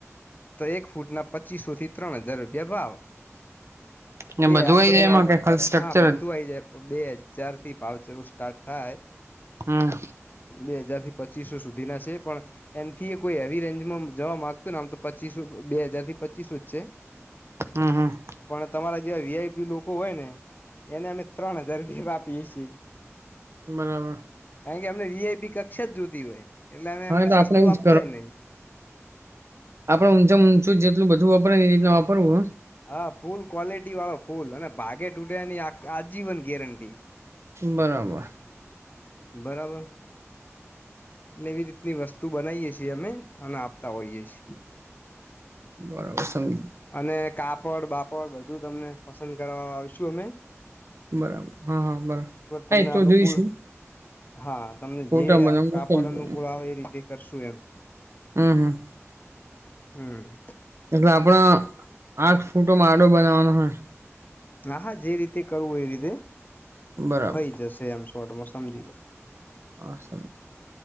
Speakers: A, on the left; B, on the right.
A: તો એક ફૂટ ના પચીસો થી ત્રણ હજાર રૂપિયા ભાવ.
B: હમ
A: બે
B: બધું
A: આમ
B: આઈ
A: તો
B: જાય
A: બે
B: એમાં કે ખાલી સ્ટ્રક્ચર
A: હા બધું
B: જ
A: આઇ જાય. બે હજાર થી ભાવ ચલો સ્ટાર્ટ થાય
B: હમ
A: બે હજાર થી પચીસો સુધી ના છે પણ એન થી યે કોઈ હેવી રેન્જમાં જવા માંગતું ને આમ તો પચીસ બે હજાર થી પચીસ જ છે.
B: હમ હમ.
A: પણ તમારા જેવા વીઆઈપી લોકો હોય ને. એને અમે ત્રણ હજાર જેેવા આપીએ છીએ.
B: બરાબર
A: કારણ કે અમને વી આઈ પી કક્ષા જ જોતી હોય, એટલે અમે
B: હા
A: એમને
B: તો
A: સસ્તું
B: આપડે એવું
A: આપતા
B: જ
A: હોય નહ.
B: આપડ ઊચા ઊંચું જેટલું બધું વાપરે એ રતના વાપરવું હ.
A: હા ફૂલ ક્વોલિટી વાળો ફૂલ અને ભાગે તૂટે્યાની આજીવન ગેરંટી.
B: બરાબર.
A: બરાબર. એટલે એવી રીતની વસ્તુ બનાવીએ છીએ અમે અને આપતા હોઈએ છીએ.
B: બરાબર સમ.
A: અને કાપડ બાપડ બધું તમને પસંદ કરવા આવશુ અમે.
B: બરાબર હા હા બરાબર
A: તમને
B: આ તો
A: અનુકૂળ
B: જોઈશું.
A: હા તમને
B: ફોટા
A: જે
B: મને મોકલજો
A: કાપડ અનુકૂળ આવે એ રીતે કરશું એમ.
B: હમ હમ.
A: હમ.
B: એટલે આપડ આઠ ફૂટો મા આડો બનાવવાનો હોય.
A: હ હા જે રીતે કરવું એ રીતે,
B: બરાબર
A: થઈ જશે એમ. છોટમાં સમજી લો.
B: હ સર